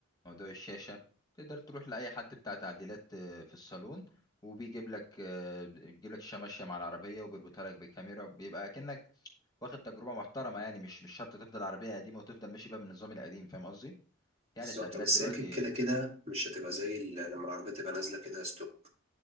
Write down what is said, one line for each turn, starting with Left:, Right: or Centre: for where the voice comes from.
Left: موضوع الشاشة تقدر تروح لأي حد بتاع تعديلات آه، في الصالون وبيجيب لك آه، بيجيب لك الشاشة ماشية مع العربية وبيربطها لك بالكاميرا وبيبقى كأنك واخد تجربة محترمة يعني مش مش شرط تفضل عربية قديمة وتفضل ماشي بقى بالنظام القديم فاهم قصدي؟ يعني
Right: بالظبط
Left: التعديلات
Right: بس
Left: دلوقتي
Right: هي كده كده مش هتبقى زي ال- لما العربيه تبقى نازله كده ستوك